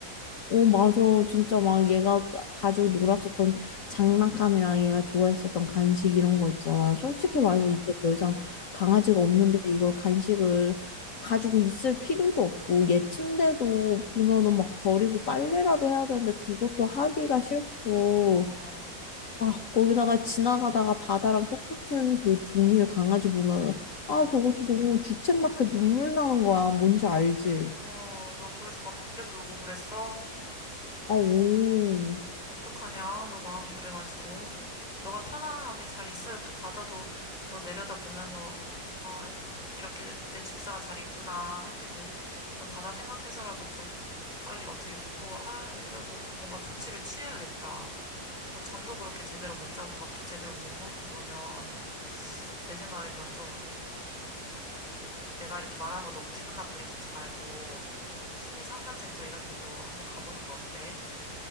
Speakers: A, on the left (about 55°); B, on the left (about 20°).
A: 어, 맞아. 진짜 막 얘가 가- 가지고 놀았었던 장난감이랑 얘가 좋아했었던 간식 이런 거 있잖아. 솔직히
B: 어,
A: 말해서 이제 더 이상 강아지가 없는데 이걸 간식을 가지고 있을 필요도 없고 얘 침대도 보면은 막 버리고 빨래라도 해야 되는데 그것도
B: 어,
A: 하기가 싫고
B: 어,
A: 아, 거기다가 지나가다가 바다랑 똑같은 그 종류의 강아지 보면,
B: 음,
A: 아, 그것도 너무 주책맞게 눈물 나는 거야. 뭔지
B: 어떡해.
A: 알지?
B: 어, 너 그래서 막 밖에서 놀고 그랬어?
A: 아, 오.
B: 어떡하냐? 너 마음이 그래가지고. 너가 편안하게 잘 있어야 또 바다도 너 내려다 보면서, 아, 이렇게 내, 내 집사가 잘 있구나 할 텐데, 너 바다 생각해서라도 좀 빨리 어떻게 극복을 하려고 뭔가 조치를 취해야겠다. 너 잠도 그렇게 제대로 못 자고 밥도 제대로 못 먹는 거면, 내 생각에 너 좀, 내가 이렇게 말하는 거 너무 기분 나쁘게 듣지 말고, 심리 상담센터 이런 데도 한번 가보는 거 어때?